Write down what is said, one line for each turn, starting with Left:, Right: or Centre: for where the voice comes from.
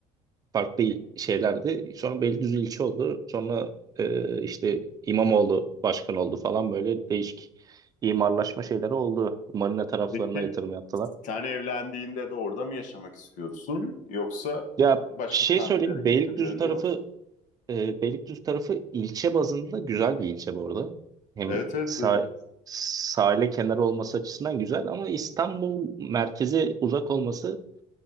Right: farklı il- şeylerdi. Sonra Beylikdüzü ilçe oldu. Sonra e, işte İmamoğlu başkan oldu falan böyle değişik imarlaşma şeyleri oldu. Marina taraflarına
Left: Peki
Right: yatırım yaptılar.
Left: sen evlendiğinde de orada mı yaşamak istiyorsun yoksa
Right: Ya
Left: başka
Right: bir şey
Left: semtlere
Right: söyleyeyim. Beylikdüzü
Left: geçebilirim
Right: tarafı
Left: diyor musun?
Right: e, Beylikdüzü tarafı ilçe bazında güzel bir ilçe bu arada. Hem
Left: Evet evet
Right: sah
Left: duydum.
Right: sahile kenarı olması açısından güzel ama İstanbul merkeze uzak olması